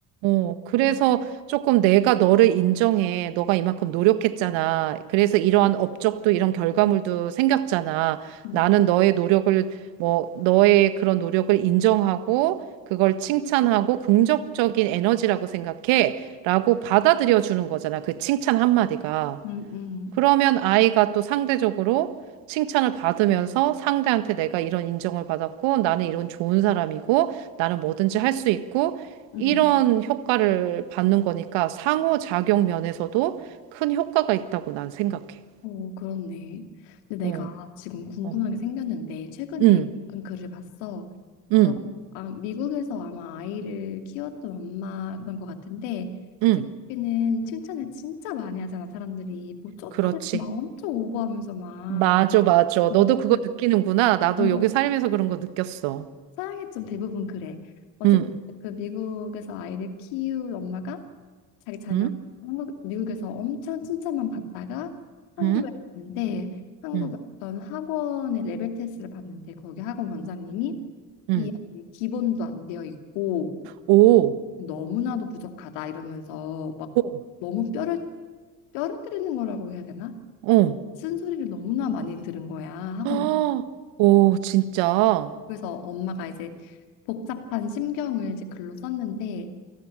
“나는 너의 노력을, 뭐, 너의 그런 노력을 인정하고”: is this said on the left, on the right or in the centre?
Right